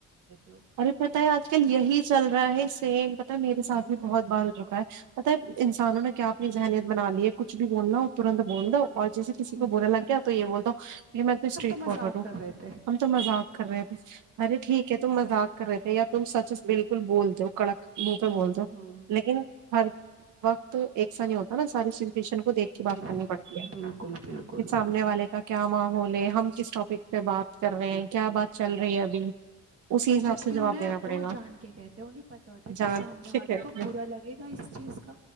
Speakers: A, on the right; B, on the right.
A: ہو
B: ابھی پت ہے آج کل یہی چل رہا ہے سیم مطلب میرے
A: ہوں
B: سات بھی بہت بار ہو چکا ہے مطلب انسانوں نے کیا اپنی ذہنیت بنا لی ہے کچھ بھی بولنا ہو ترنت بول دو اور جیسے کسی
A: ہوں
B: کو بولا لگ گیا تو یہ بول دو میں تو اسٹریٹ
A: ہم
B: فارورڈ
A: مذاق
B: ہوں
A: کر رہے تھے ہوں
B: ہم تو مذاق کر رہے ہیں ارے
A: میں
B: ٹھیک
A: تو
B: ہے تم مذاق کر رہے تھے یا تم سچس بالکل بول دو ہو کڑک مہ پہ
A: ہوں
B: بول دو
A: ہوں
B: لیکن ہر وقت ایک سا نہیں ہوتا نا ساری سچویشن کو دیکھ کے بات
A: بالکل
B: کرنی پڑتی ہے
A: بالکل بالکل
B: کہ سامنے
A: بالکل
B: والے کا کیا ماں بولے ہم کس ٹاپک پہ بات کر رہے ہیں کیا بات چل رہی ہے ابھی اسی
A: اور
B: حساب
A: جبک
B: سے جواب
A: انہیں
B: دینا
A: وہ
B: پڑے گا
A: جان کے کہتے ہیں انہیں پتتا ہوتا ہے
B: جان
A: کہ سامنے
B: کے
A: والے
B: کہتے
A: کو
B: ہیں۔
A: برا لگے گا اس چیز کا